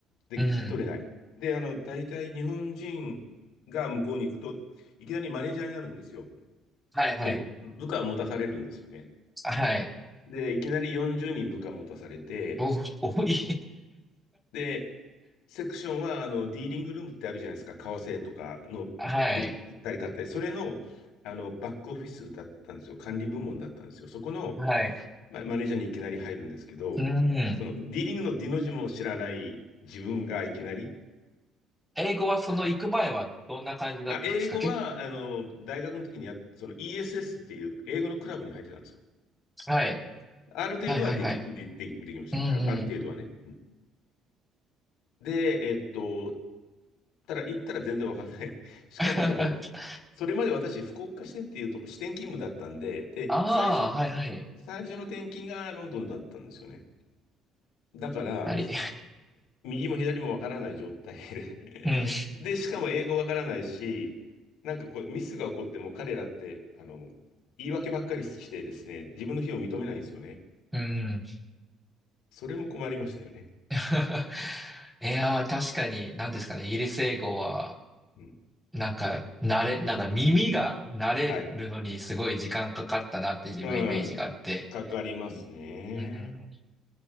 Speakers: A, on the left (about 80°); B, in the centre.
A: で、
B: うん。
A: 聞き取れない。で、あの、大体日本人が向こうに行くと、いきなりマネージャーになるんですよ。
B: はいはい。
A: で、部下持たされるんですよね。
B: はい。
A: で、いきなり40人部下持たされて、
B: お、多い。
A: で、セクションは、あの、ディーリングルームってあるじゃないですか。為替とかの売ったり買ったり、
B: はい。
A: それの、あの、バックオフィスだったんですよ。管理部門だったんですよ。そこの、
B: はい。
A: まマネージャーにいきなり入るんですけど、
B: うん。
A: そのディーリングのディの字も知らない自分がいきなり、
B: 英語はその行く前はどんな感じだったんですかけ、
A: はあ英語はあの大学の時にやその ESS っていう英語のクラブに入ってたんですよ。
B: はい。
A: ある程度はできでできできました。
B: はいはいはい。うん
A: あるある程度はね。うんで、えっと、ただ行ったら全然わかんない。<laughs> しかもその、
B: <laughs>
A: それまで私、福岡支店っていうとこ、支店勤務だったんで、で、
B: あ
A: 最初、
B: あ、はいはい。
A: 最初の転勤がロンドンだったんですよね。だから、
B: あり、
A: 右も左もわからない状態で
B: うん、
A: <laughs> で、しかも英語わからないし、なんかこう、ミスが起こっても彼らって、あの、言い訳ばっかりしてですね、自分の非を認めないんですよね。
B: うん。
A: それも困りましたよね。
B: <laughs> いやー、確かに、何ですかね、イギリス英語は、
A: うん。
B: なんか、慣れ、なんか耳が慣れるのにすごい時間かかったなって自分イメージがあって。
A: はい。うん。かかりますね。
B: うん。